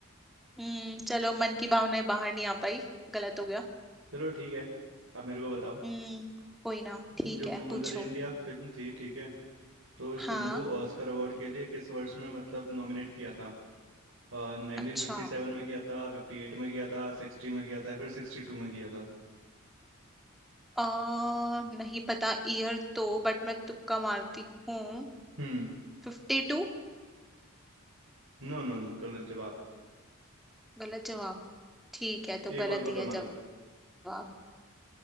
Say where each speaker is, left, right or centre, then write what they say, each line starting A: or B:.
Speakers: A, in the centre; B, on the right.
A: हम्म चलो मन की भावनाएं बाहर नहीं आ पाई गलत हो गया
B: चलो ठीक है आप मेरे को बताओ
A: हम्म कोई ना ठीक
B: जो मदर
A: है पूछो
B: इंडिया फिल्म थी ठीक है तो इस
A: हाँ
B: फिल्म को ऑस्कर अवार्ड के लिए किस वर्ष में मतलब नॉमिनेट किया था नाइनटीन
A: अच्छा
B: फिफ्टी सेवन में किया था फिफ्टी एट में किया था सिक्सटी में किया था या फिर सिक्सटी टू में किया था
A: अ नहीं पता ईयर तो बट मैं तुक्का मारती हूँ
B: हम्म
A: Fifty to
B: नो नो नो गलत जवाब
A: गलत जवाब ठीक है तो
B: एक
A: गलत
B: और तुक्का
A: ही है
B: मारो
A: जवाब